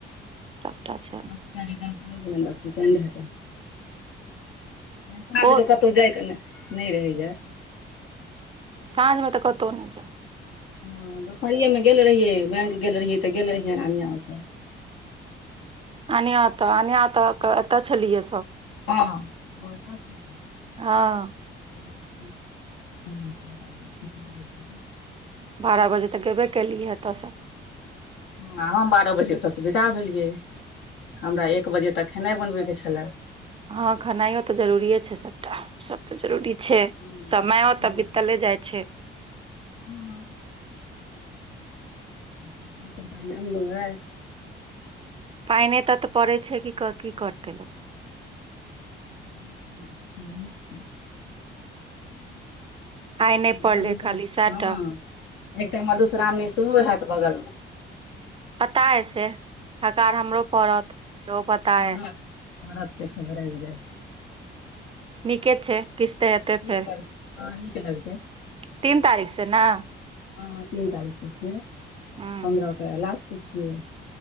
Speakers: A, on the right (about 30°); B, on the left (about 85°).
A: सबटा छैन
B: काज <unintelligible>
A: बहुत
B: जाय क नहि रहै य
A: साँझमे तऽ कतहु नहि जाउ
B: हँ दुपहरिए मे गेल रहियै बैंक गेल रहियै तऽ गेल रहियै कनियाँ ओतऽ
A: अनियाँ ओतऽ अनियाँ ओतऽ एतऽ छलियै सभ
B: ह
A: हँ
B: <unintelligible>
A: बारह बजे तऽ गेबे केलियै एतऽ से
B: ह हम बारह बजे एतऽ से विदा भेलियै हमरा एक बजे तक खेनाइ बनबै के छलै
A: हँ खेनाइयो तऽ जरूरी छै सभटा सभ तऽ जरूरी छै
B: हूँ
A: समयौ तऽ बितलै जाइ छै
B: हुँ <unintelligible> <unintelligible>
A: पाइने तऽ एतऽ पड़ै छै कि की करतै लोक
B: <unintelligible>
A: आइ नहि पड़ले
B: मधुश्रा
A: खाली सैह
B: हँ
A: टा
B: एकटा मधुश्रावणी सेहो हैत बगल मे
A: पता है से हकार हमरो पड़त सेहो पता
B: करत
A: यै
B: <unintelligible>
A: नीके छै किछु तऽ हेतै
B: नीक
A: फेर
B: लग हा नीक लगतै
A: तीन तारीख से ने
B: ह तीन तारीख के छियै
A: हूँ
B: पन्द्रह के लास्ट छियै